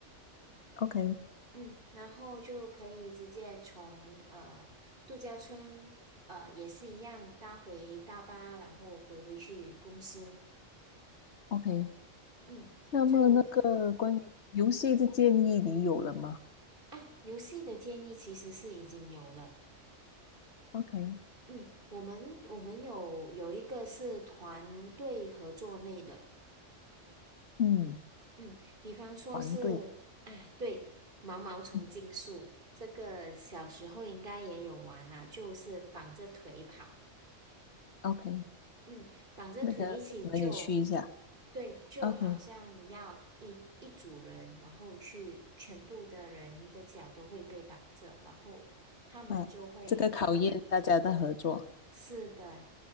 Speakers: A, on the left (about 60°); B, on the right (about 45°).
A: ，OK
B: 嗯，然后就可以直接从呃度假村呃也是一样搭回大巴，然后回回去公司，
A: OK。
B: 嗯。
A: 那么那个关于游戏的建议你有了吗
B: 就啊，游戏的建议其实是已经有了。
A: ？OK，
B: 嗯，我们我们有有一个是团队合作类的，
A: 嗯，
B: 嗯，比方说是，
A: 团队，
B: 啊，对，毛毛虫竞速，
A: 嗯
B: 这个小时候应该也有玩啦，就是绑着腿跑，
A: ，OK，
B: 嗯，绑着腿一起就，
A: 那个蛮有趣一下。
B: 对，就好像要一一组人，
A: OK，
B: 然后去全部的人的脚都会被绑着，然后。他们就会呃
A: 啊，这个考验大家的合作，
B: 是的，